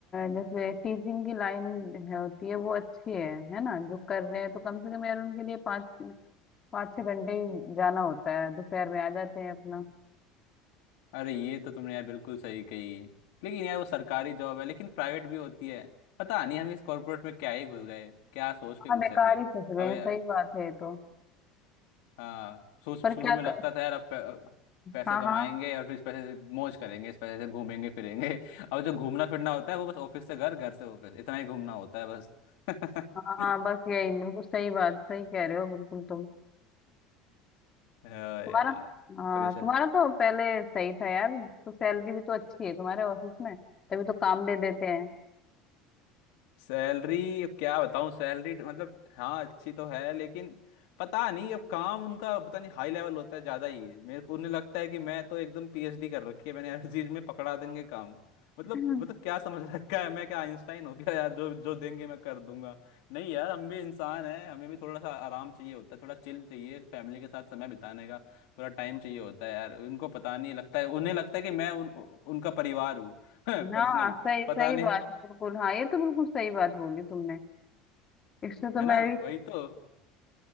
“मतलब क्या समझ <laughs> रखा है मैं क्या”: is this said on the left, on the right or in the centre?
Left